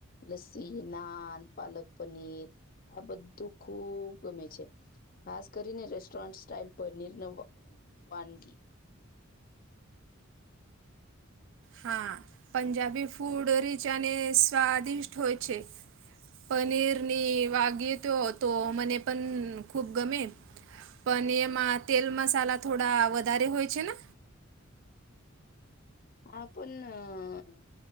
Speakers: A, on the left (about 45°); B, on the right (about 60°).
A: લસ્સી નાન પાલક પનીર આ બધું ખુબ ગમે છે. ખાસ કરીને રેસ્ટોરન્ટ સ્ટાઇલ પનીર ને એવું વાનગી
B: હા પંજાબી ફૂડ રીચ અને સ્વાદિષ્ટ હોય છે. પનીર ની વાગી તો તો મને પણ ખૂબ ગમે. પણ એમાં તેલ મસાલા થોડા વધારે હોય છે ને.
A: હા પણ